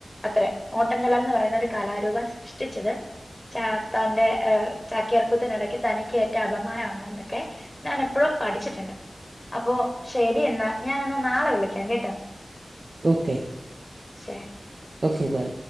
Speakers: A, on the left; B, on the right.
A: അത്രേ ഓട്ടംതുള്ളൽന്ന് പറയുന്ന ഒരു കലാരൂപം സൃഷ്ടിച്ചത്ചാർത്ത ന്റെ ചക്യാർകൂത്തിനിടെ തനിക്കേറ്റ അപമാനമാണെന്നൊക്കെ ഞാൻ എപ്പോഴോ പഠിച്ചിട്ടുണ്ട് അപ്പോ ശെരി എന്നാ. ഞാനെന്ന നാളെ വിളിക്കാം കേട്ടോ?
B: ഓക്കെ
A: ശെ
B: ഓക്കെ ബൈ.